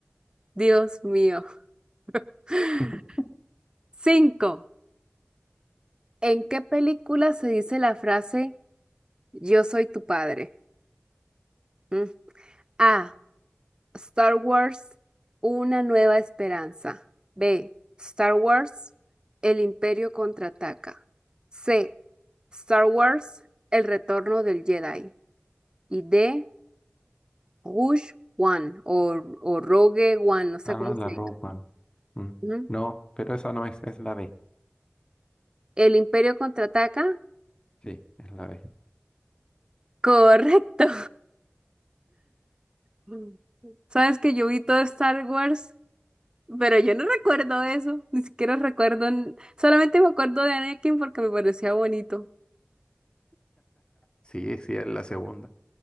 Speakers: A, on the right; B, on the left.
A: Dios mío. <laughs>
B: <laughs> Ujú.
A: Cinco. ¿En qué película se dice la frase Yo soy tu padre? ¿Mm? A. Star Wars. Una nueva esperanza. B. Star Wars. El Imperio contraataca. C. Star Wars. El retorno del Jedi. Y D. Rouge One o, o Rogue One, no sé
B: Ah,
A: cómo se
B: la
A: dice.
B: Rogue One. Mm.
A: Ujú.
B: No, pero esa no es, es la B.
A: El Imperio contraataca.
B: Sí, es la B.
A: <laughs> Correcto. Mm. Sabes que yo vi todo Star Wars, pero yo no recuerdo eso. Ni siquiera recuerdo. n- Solamente me acuerdo de Anakin porque me parecía bonito.
B: Sí, sí, es la segunda.